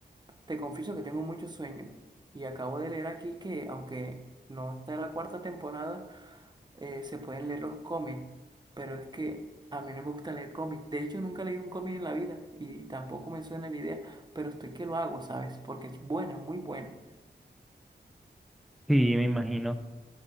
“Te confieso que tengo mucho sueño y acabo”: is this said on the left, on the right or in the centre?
Right